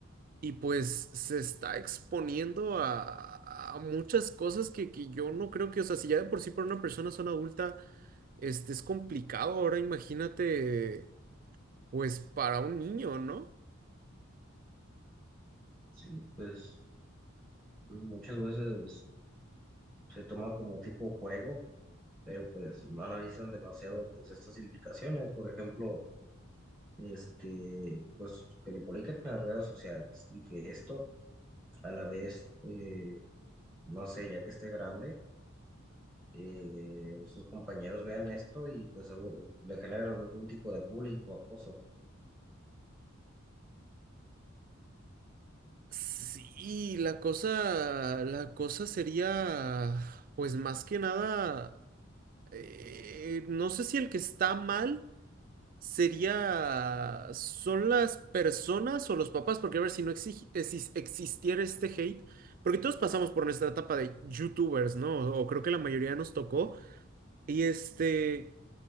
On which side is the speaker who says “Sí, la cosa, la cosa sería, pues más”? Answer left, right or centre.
Right